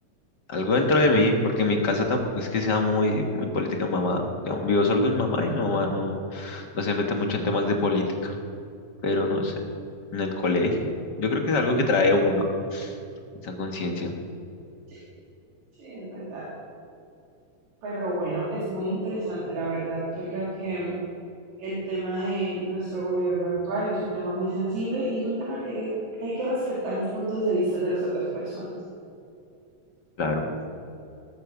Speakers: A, on the left (about 45°); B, on the right (about 70°).
A: algo dentro de mí, porque mi casa tampoco es que sea muy, muy política, mamá, digamos, vivo solo con mi mamá y mi mamá no, no se mete mucho en temas de política, pero no sé, en el colegio, yo creo que es algo que trae uno, esa conciencia,
B: <laughs> sí, es verdad. Pero bueno, es muy interesante, la verdad. Yo creo que mm, el tema de nuestro gobierno actual es un tema muy sensible y es un tema que hay que, que hay que respetar los puntos de vista de las otras personas.
A: claro,